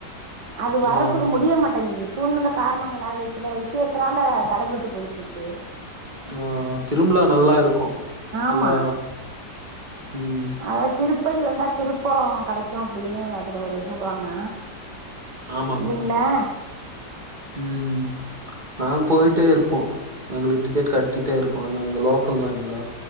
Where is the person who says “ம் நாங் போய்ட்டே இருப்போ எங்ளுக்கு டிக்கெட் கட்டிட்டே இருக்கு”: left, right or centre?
Right